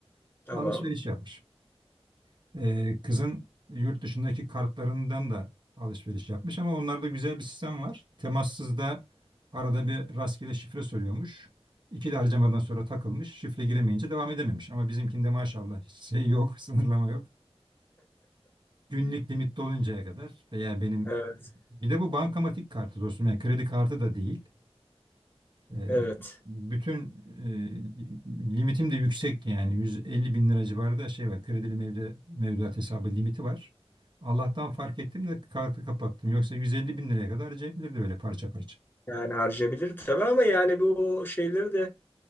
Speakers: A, on the left (about 20°); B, on the right (about 45°).
A: Tamam.
B: alışveriş yapmış. Ee, kızın yurt dışındaki kartlarından da alışveriş yapmış ama onlarda güzel bir sistem var. Temassızda arada bir rastgele şifre soruyormuş. İki de harcamadan sonra takılmış. Şifre giremeyince devam edememiş. Ama bizimkinde maşallah hiç şey yok, <laughs> sınırlama yok. Günlük limit doluncaya kadar veya benim
A: Evet
B: bir de bu bankamatik kartı dostum yani kredi kartı da değil. Ee,
A: evet.
B: bütün e, limitim de yüksek yani 150 bin lira civarı da şey var kredili mevdu, mevduat hesabı limiti var. Allah'tan fark ettim de kartı kapattım. Yoksa 150 bin liraya kadar harcayabilirdi böyle parça parça.
A: Yani harcayabilir tabii ama yani bu şeyleri de